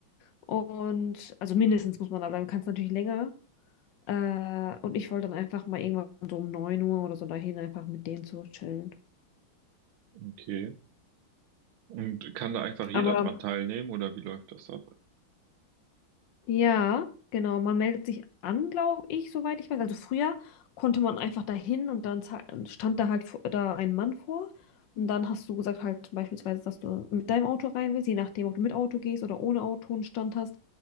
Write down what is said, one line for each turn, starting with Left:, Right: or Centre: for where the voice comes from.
Left: Und also mindestens muss man da bleiben, kann es natürlich länger. Äh, und ich wollte dann einfach mal irgendwann so um 9 Uhr oder so dahin einfach mit denen zu chillen.
Right: Okay. Und kann da einfach jeder
Left: Aber
Right: dran teilnehmen oder wie läuft das ab?
Left: ja, genau, man meldet sich an, glaube ich, soweit ich weiß. Also früher konnte man einfach dahin und dann za- stand da halt vor- da ein Mann vor. Und dann hast du gesagt halt beispielsweise, dass du mit deinem Auto rein willst, je nachdem, ob du mit Auto gehst oder ohne Auto einen Stand hast,